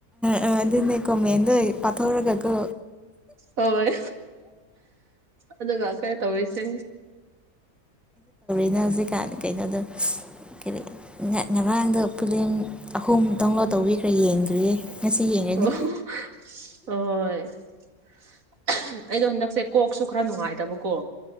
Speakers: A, in the centre; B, on the right (about 65°).
A: ꯑ ꯑꯗꯨꯅꯦ ꯀꯣꯃꯦ ꯇꯧꯔꯒꯒ
B: ꯍꯣꯏ ꯑꯗꯨꯒ ꯀꯔꯤ ꯇꯧꯔꯤꯁꯦ
A: ꯀꯩꯅ ꯍꯧꯖꯤꯛ ꯀꯥꯟꯅ ꯀꯩꯅꯣꯗꯣ ꯀ ꯉꯃꯥꯡꯗ ꯐꯂꯝ ꯑꯍꯨꯝ ꯗꯥꯎꯟꯂꯣꯗ ꯇꯧꯕꯤꯈ꯭ꯔꯦ ꯌꯦꯡꯗ꯭ꯔꯤꯌꯦ
B: ꯑꯣ
A: ꯉꯁꯤ ꯌꯦꯡꯉꯅꯤ
B: ꯑꯣ ꯑꯩꯗꯣ ꯍꯟꯗꯛꯁꯦ ꯀꯣꯛꯁꯨ ꯈꯔ ꯅꯨꯡꯉꯥꯏꯇꯕꯀꯣ